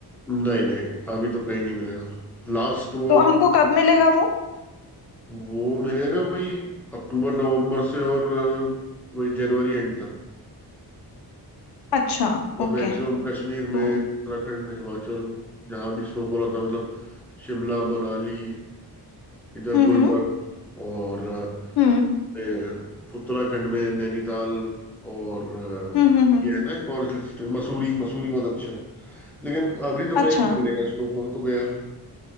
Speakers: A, in the centre; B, on the left (about 80°).
A: नहीं नहीं अभी तो कहीं नहीं मिलेगा लास्ट वो
B: तो हमको कब मिलेगा वो
A: वो मिलेगा वही अक्टूबर नवंबर से और अ, वही जनवरी एंड तक
B: अच्छा
A: मतलब
B: ओके
A: मैक्सिमम कश्मीर
B: तो
A: में
B: हम्म
A: उत्तराखंड हिमाचल जहाँ भी स्नोफॉल होता है मतलब शिमला मनाली इधर
B: हम्म
A: गुलमर्ग और अ,
B: हम्म
A: ए, उत्तराखंड में नैनीताल और अ,
B: हम्म हम्म हम्म,
A: ये है ना एक और हिल स्टेशन मसूरी मसूरी बहुत अच्छा है लेकिन अभी तो कहीं
B: अच्छा
A: नहीं मिलेगा स्नोफॉल तो गया